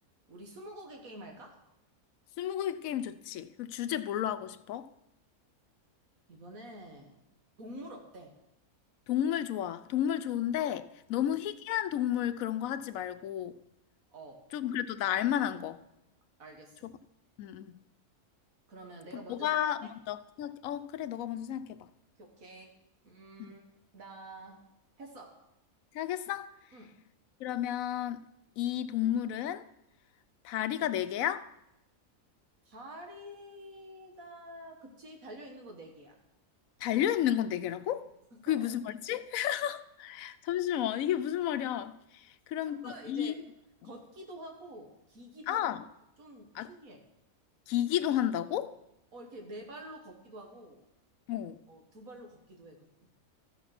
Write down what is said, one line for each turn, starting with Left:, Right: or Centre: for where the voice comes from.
Right: 우리 스무고개 게임 할까?
Left: 스무고개 게임 좋지. 그럼 주제 뭘로 하고 싶어?
Right: 이번에 동물 어때?
Left: 동물 좋아. 동물 좋은데 너무
Right: 응.
Left: 희귀한 동물 그런 거 하지 말고
Right: 어,
Left: 좀 그래도 나 알만한 거.
Right: 알겠어.
Left: 좋아. 응, 응.
Right: 그러면 내가
Left: 그럼
Right: 먼저
Left: 너가
Right: 생각해?
Left: 먼저 생각, 어, 그래. 너가 먼저 생각해봐.
Right: 오케이. 오케이. 음,
Left: 응.
Right: 나 했어.
Left: 생각했어?
Right: 응.
Left: 그러면 이 동물은 다리가 네 개야?
Right: 다리가 그치 달려 있는 거 네 개야.
Left: 달려 있는 건 네 개라고?
Right: <laughs>
Left: 그게
Right: 어,
Left: 무슨 말이지? <laughs> 잠시만. 이게 무슨 말이야? 그럼
Right: 조금
Left: 이,
Right: 이제
Left: 어,
Right: 걷기도 하고 기기도
Left: 아,
Right: 하고 좀
Left: 아,
Right: 신기해.
Left: 기기도 한다고?
Right: 어 이렇게 네 발로 걷기도 하고
Left: 어.
Right: 어, 두 발로 걷기도 해 가끔.